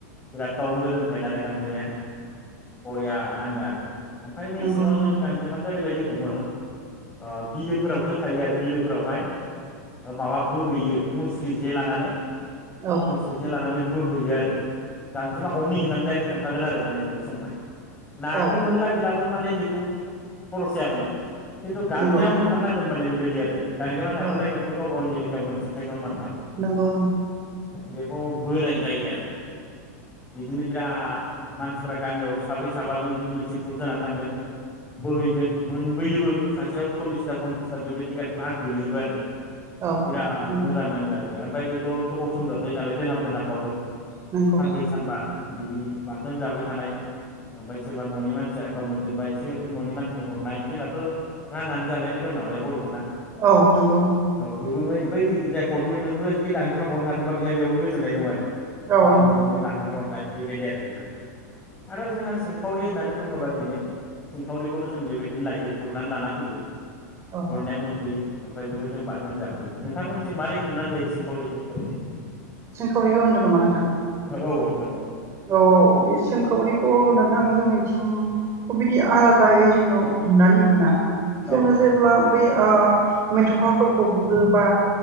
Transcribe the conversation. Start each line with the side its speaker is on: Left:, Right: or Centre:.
Left: बिराद गावनो मोदोमखायो नालाय गांजेमाया बरिया नाङो आरो। फ्राय मेसेङाव
Right: नंगौ नंगौ
Left: जोंङो ओरैबायदि हमो ओ बिलोफोरावसो थायो आरो बिलोफोरावहाय माबा बोहैयो मुस्रि जे लानानै।
Right: औ
Left: मुस्रिजे लानानै बोहैयो आरो गांजेमा हमनि होननानै डाइरेक थांखागोन आरो माने बे समावहाय। नाखौ
Right: औ
Left: मोनला खि माने बेखौ खर'साया माने खिन्थु गांजेमा
Right: नंगौ
Left: मोनथारनांगोन माने बेबायदि दि आरो गांजेमा थाग्रा
Right: औ
Left: जायगाखौथ गाव गावनि एले <unintelligible>
Right: नंगौ
Left: बेखौ बोनाय जायो आरो बिदिनो बिराद मानसिफ्रा गामियाव साब्रै साबाजों बिदि मोनसे ग्रुप जानानै थांगोन बोहैगोन मोनबोयोबो सासेयाव सल्लिसथा पन्सासथा बेबायदि भाहाग गोलैयोबो आरो।
Right: औ
Left: बिराद
Right: नंगौ
Left: मोजां नाङो आरो ओमफ्राय बे थ' गोबाव सम जाजायो नालाय दोनहाब दोनहाब बाबो
Right: नंगौ
Left: सानब्रै सानबा बिदि बाथोन जाबाय थानाय ओमफ्राय सोरबा न'नि मान फ्रा गाव मोनदोंबा एसे न'नि मानसिनो हरनाय जोंनाथ' राननानै जालायनाय दं नालाय बर' ना
Right: औ नंगौ नंगौ
Left: बेबो बै बै जाय हरनो नोंबो जुदि गांजेमा हरनो हादोंबा बेहा बेयावबो गोजोननाय दं आरो। अ
Right: औ
Left: आंबो
Right: नंगौ
Left: बिनो लाहोनो हरनाय। बेबायदि आरो नोंथां आरो जोंहा सि हरि होननानै बुङोबा बेनो सिंखावरिखौबो जों बेबायदिनो लायो गुरनानै लाना फैयो।
Right: औ औ
Left: गुरनायाव मोनबोयो। ओमफ्राय बेखौ जों बाथोन जाफैयो नोंथांमोनजों मारै हमनानै जायो सिंखावरिखौ फरमायनाय
Right: सोंखावरिखौ होनदों नामा नोंथां?
Left: औ नोंथां औ
Right: औ बे सोंखावरिखौ नोंथां जोंनिथिंखौ बिदि आलादायै जोङो हमनानै मोना। जोङो
Left: औ नोंथां
Right: जेब्ला
Left: औ
Right: बै ओ मेथखाफोरखौ गुरो बा